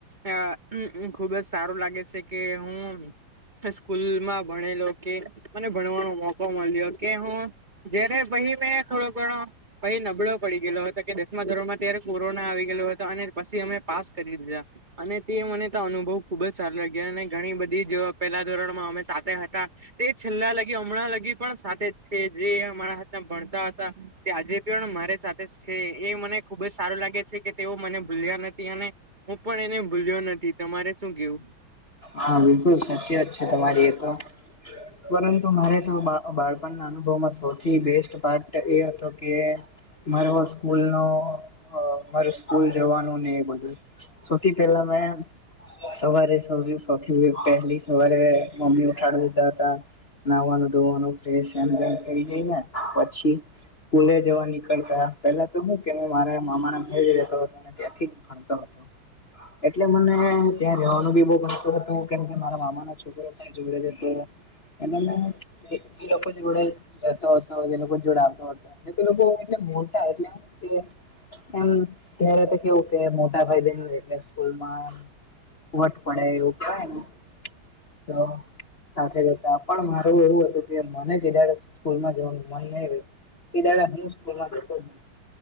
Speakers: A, on the right; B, on the left.
A: અ ખુબ જ સારું લાગે સે કે હું સ્કૂલમાં ભણેલો કે મને ભણવાનો મોકો મળ્યો કે હું જ્યારે પહી મે થોડો ઘણો પહિ નબળો પડી ગેલો હતો કે દસમા ધોરણમાં ત્યાંરે કોરોના આવી ગેલો હતો અને પસી અમે પાસ કરી દીધા અને તે મને તો અનુભવ ખુબ જ સારો લાગ્યો અને ઘણી બધી જ પેલા ધોરણમાં અમે સાથે હતા તે છેલ્લા લગી હમણાં લગી પણ સાથે જ છે જે અમારા ભણતા હતા તે આજે પણ મારી સાથે સે એ મને ખુબ જ સારું લાગે છે કે તેઓ મને ભૂલ્યા નથી હું પણ એને ભૂલ્યો નથી તમારે શું કેવું
B: હા બિલકુલ સાચી વાત છે તમારી એ તો પરંતુ મારે તો બા બાળપણના અનુભવમાં સૌથી બેસ્ટ પાર્ટ એ હતો કે મારો સ્કૂલ નો મારો સ્કુલ જવાનું ને બધું, સૌથી પહેલા મે સવારે સૌથી પહેલી સવારે મમ્મી ઉઠાડી દીધા હતા. નાવાનું ધોવાનું ફ એમ થ જાયને, પછી સ્કૂલે જવા નીકળતા પેલા તો હું કે મેં મારા મામાના ઘરે રતો હતો અને ત્યાંથી જ તો હતો, એટલે મને ત્યાં રવાનું બી બહ ગણતું હતું. કેમ કે મારા મામા ના છોકરો પણ જોડે છે તો એનાને એ લોકો જોડે રહેતો હતો એ લોકો જોડે આવતો હતો. અને તો લોકો એટલે મોટા એટલે એમું કે એમ ત્યારે તો કેવું કે મોટા ભાઈ બન એટલે સ્કૂલમાં એ વટ પડે એવું કાય ને, તો સાથે જતા પણ મારું એવું હતું કે મને જ સ્કૂલમાં જવાનું મન નહી હોય. બીધા હ સ્કૂલમાં જતો જ નથી.